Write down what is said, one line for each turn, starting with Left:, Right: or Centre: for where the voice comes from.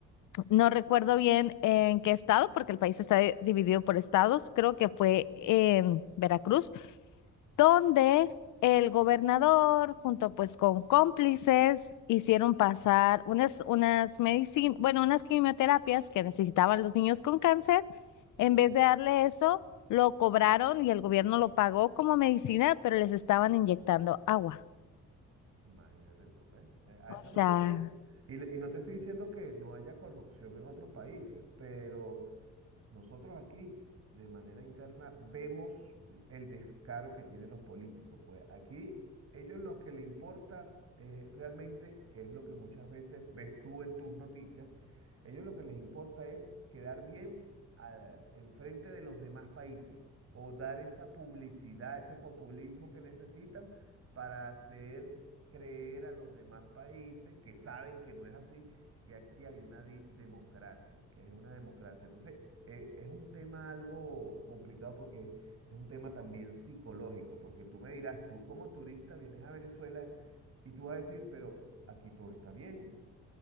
Left: no recuerdo bien en qué estado, porque el país está de- dividido por estados. Creo que fue
Right: mm,
Left: en Veracruz, donde el gobernador, junto pues con cómplices, hicieron pasar unas, unas medicinas, bueno, unas quimioterapias que necesitaban los niños con cáncer.
Right: ok,
Left: En vez de darle eso, lo cobraron y el gobierno lo pagó como medicina, pero les estaban inyectando agua.
Right: imagínate tú, ¿ves? Eh, A
Left: O
Right: eso me
Left: sea,
Right: refiero. Y, le- y no te estoy diciendo que no haya corrupción en otros países, pero Nosotros aquí, de manera interna, vemos el descaro que tienen los políticos. Pues aquí, ellos lo que le importa eh, realmente, que es lo que muchas veces ves tú en tus noticias, ellos lo que les importa es quedar bien a- enfrente de los demás países o dar esa publicidad, ese populismo que necesitan para hacer creer a los demás países que saben que no es así que aquí hay una di- democracia, que es una democracia. Entonces, eh, es un tema algo complicado porque es un tema también psicológico, porque tú me dirás, tú como turista vienes a Venezuela y tú vas a decir, pero aquí todo está bien,